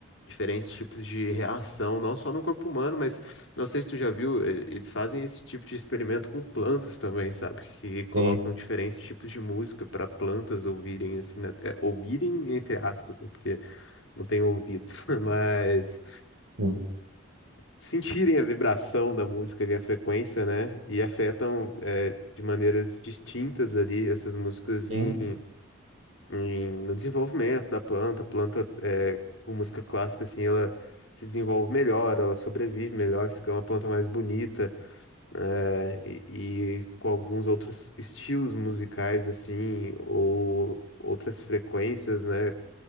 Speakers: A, on the left; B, on the right.
A: diferentes tipos de reação, não só no corpo humano, mas não sei se tu já viu, eh, eles fazem esse tipo de experimento com plantas também, sabe? Que colocam
B: Sim,
A: diferentes tipos de música para plantas ouvirem assim, né? É, ouvirem entre aspas, né? Porque não tem ouvidos, <laughs> mas
B: sim,
A: sentirem a vibração da música ali, a frequência, né? E afetam é, de maneiras distintas ali essas músicas
B: sim.
A: em, em- no desenvolvimento da planta. A planta, é, com música clássica, assim, ela se desenvolve melhor, ela sobrevive melhor, fica uma planta mais bonita, né? E, e com alguns outros estilos musicais, assim, ou outras frequências, né?